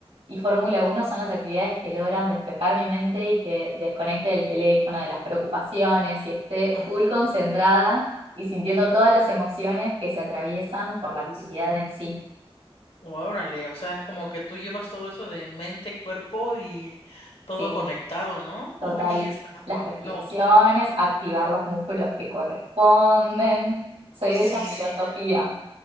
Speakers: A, on the right; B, on the left.
A: y Fórmula 1 son las actividades que logran despejar mi mente y que desconecte del teléfono, de las preocupaciones y esté
B: Ah,
A: full concentrada y sintiendo todas las emociones que se atraviesan por la
B: sí,
A: actividad
B: sí.
A: en sí.
B: Órale, o sea, como que tú llevas todo eso de mente, cuerpo y todo
A: Sí,
B: conectado, ¿no?
A: total.
B: Oye, está.
A: Las respiraciones,
B: No,
A: activar los músculos que corresponden. Soy
B: sí,
A: de esa filosofía.
B: sí.